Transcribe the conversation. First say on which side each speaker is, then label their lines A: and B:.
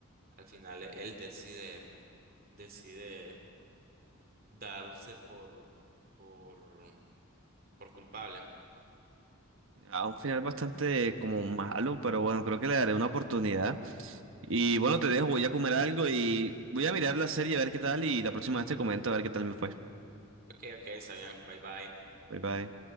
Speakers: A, on the right; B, on the right.
A: al final e- él decide, decide darse por, por, por culpable.
B: A un final bastante como malo, pero bueno, creo que le daré una oportunidad. Y bueno, te dejo, voy a comer algo y voy a mirar la serie a ver qué tal y la próxima vez te comento a ver qué tal me fue.
A: Ok, ok, está bien, bye bye.
B: Bye bye.